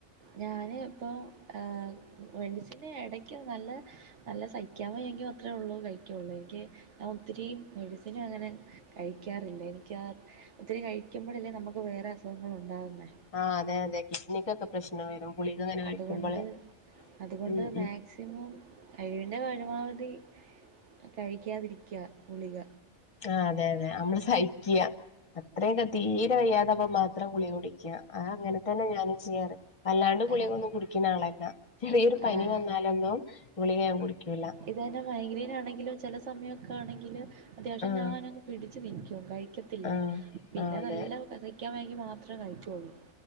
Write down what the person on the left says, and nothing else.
ആഹ് അതെ അതെ കിഡ്നിക്കൊക്കെ പ്രശ്നം വരും ഗു ളികങ്ങനെ കഴിക്കുമ്പളെ
ഉം ഉം
ആ അതെ അതെ അമ്മള് സഹിക്ക അത്രക്കെ തീരെ വയ്യാതപ്പം മാത്രം ഗുളിക കുടിക്ക ആ അങ്ങനെ തന്നെ ഞാന് ചെയ്യാറ് അല്ലാണ്ട് ഗുളികൊന്നും
കുടിക്ക്‌ണ ആളല്ല ചെറിയൊരു പനി
വന്നാലൊന്നും ഗുളിക ഞാൻ കുടിക്കുല
ആഹ്
ആഹ്
ആഹ് അതെ